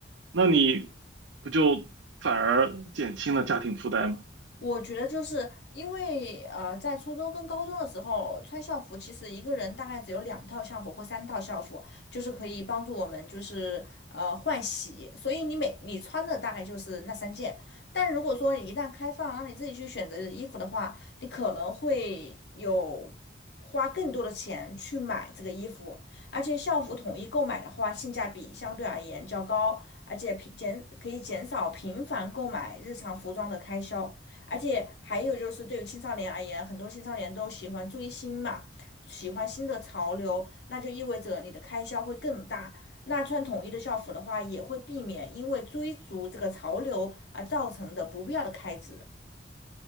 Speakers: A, on the right (about 80°); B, on the left (about 65°).
A: 那你不就反而减轻了家庭负担吗？
B: 我觉得就是因为呃，在初中跟高中的时候穿校服，其实一个人大概只有两套校服或三套校服，就是可以帮助我们就是呃换洗，所以你每你穿的大概就是那三件。但如果说一旦开放，让你自己去选择衣服的话，你可能会有花更多的钱去买这个衣服，而且校服统一购买的话，性价比相对而言较高，而且平减可以减少频繁购买日常服装的开销。而且还有就是，对于青少年而言，很多青少年都喜欢追星嘛，喜欢新的潮流，那就意味着你的开销会更大。那穿统一的校服的话，也会避免因为追逐这个潮流而造成的不必要的开支。